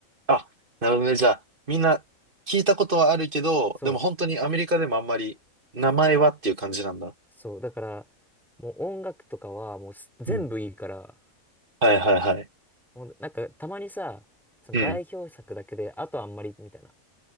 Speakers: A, on the right; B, in the centre.
A: あ、なるほどね。じゃあ、みんな聞いたことはあるけど、
B: そ
A: でも本当にアメリカでもあんまり名前はっていう感じなんだ。
B: う。そう。だから、もう音楽とかはもうす全部いいから、
A: うん。はいはいはい。
B: もうなんかたまにさ、その代表作だけで、
A: うん。
B: あとあんまりみたいな、